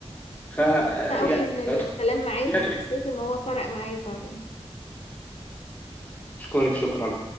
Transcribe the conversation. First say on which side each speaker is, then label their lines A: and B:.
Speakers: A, on the left (about 15°); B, on the left (about 65°).
A: ف آه،
B: أنا
A: يعني
B: قوي من الكلام معاك
A: تحديات.
B: وحسيت ان هو فرق معايا فعلا
A: اشكرك شكرا